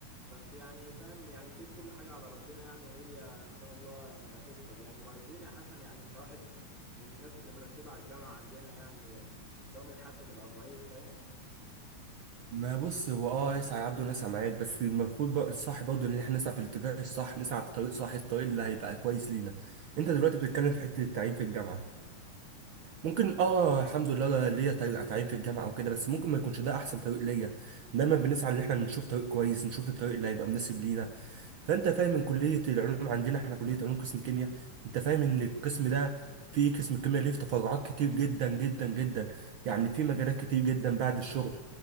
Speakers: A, in the centre; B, on the right.
A: بس يعني فاهم يعني سيب كل حاجة على ربنا يعني وهي إن شاء الله يعني هتفرج يعني وبعدين يا حسن يعني أنت واحد من الناس اللي مرتبة على الجامعة عندنا يعني ضامن حتى تبقى معيد فاهم
B: ما بص هو اه يسعى عبده ناس معاك بس المفروض بقى الصح برضه ان احنا نسعى في الاتجاه الصح نسعى في طريق صح الطريق اللي هيبقى كويس لينا انت دلوقتي بتتكلم في حته التعيين في الجامعه ممكن اه الحمد لله ليا طريق اتعين في الجامعه او كده بس ممكن ما يكونش ده احسن طريق ليا دايما بنسعى ان احنا نشوف طريق كويس نشوف الطريق اللي هيبقى مناسب لينا فانت فاهم من كليه العلوم عندنا احنا كليه علوم قسم كيمياء انت فاهم ان القسم ده فيه قسم الكيمياء ليه تفرعات كتير جدا جدا جدا يعني في مجالات كتير جدا بعد الشغل